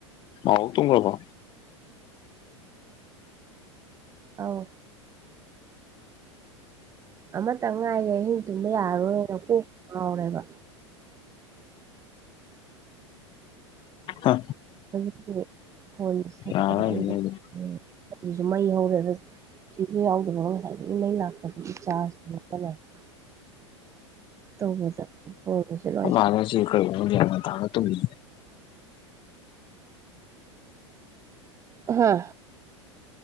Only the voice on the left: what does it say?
ꯅꯥꯎꯕ ꯇꯨꯝꯒꯕ꯭ꯔꯣ꯫
ꯍꯥ꯫
ꯌꯥꯔꯔꯣꯏ
ꯑꯩꯈꯣꯏ
ꯑꯩꯈꯣꯏꯃꯥ ꯁꯦ ꯉꯁꯤꯗꯤ ꯀꯩꯒꯤꯅꯣ ꯈꯪꯗꯦ ꯉꯟꯇꯥꯅ ꯇꯨꯝꯃꯤ